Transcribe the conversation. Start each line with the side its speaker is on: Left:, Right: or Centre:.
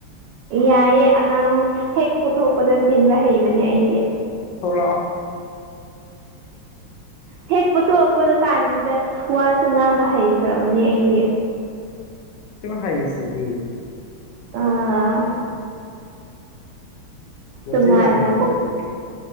Right: ꯌꯥꯏꯌꯦ ꯑꯉꯥꯡ ꯍꯦꯛ ꯄꯨꯊꯣꯛꯄꯗ ꯆꯦꯟꯕ ꯍꯩꯕꯅꯦ ꯑꯩꯗꯤ
Left: ꯊꯣꯛꯂꯛꯑꯣ
Right: ꯍꯦꯛ ꯄꯨꯊꯣꯛꯛꯄ ꯀꯥꯟꯁꯤꯗ ꯋꯥꯁꯨ ꯉꯥꯡꯕ ꯍꯩꯈ꯭ꯔꯕꯅꯦ ꯑꯩꯗꯤ
Left: ꯁꯨꯛ ꯍꯩꯁꯤꯗꯤ
Right: ꯑꯥ
Left: ꯅꯆꯤꯟ
Right: ꯇꯣꯉꯥꯟꯅ
Left: ꯌꯥꯝ ꯍꯩꯁꯤꯗꯤ
Right: ꯄꯣꯛ